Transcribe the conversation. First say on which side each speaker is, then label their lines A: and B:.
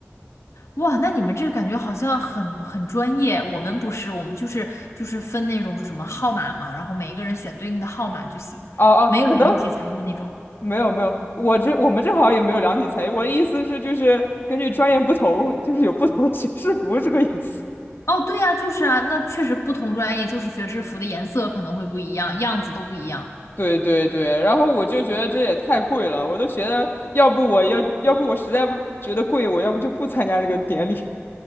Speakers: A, on the left (about 85°); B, on the left (about 50°).
A: 哇，那你们这个感觉好像很很专业，我们不是，我们就是就是分那种什么号码嘛，然后每一个人选对应的号码就行，
B: 哦哦，
A: 没有量体裁衣那种。
B: 可能没有没有，我这我们这好像也没有量体裁衣。我的意思是，就是根据专业不同，就是有不同的学士服这个意思。
A: 哦，对呀，就是啊，那确实不同专业就是学士服的颜色可能会不一样，样子都不一样
B: 对对对，然后我就觉得这也太贵了，我都觉得要不我要要不我实在不觉得贵，我要不就不参加这个典礼。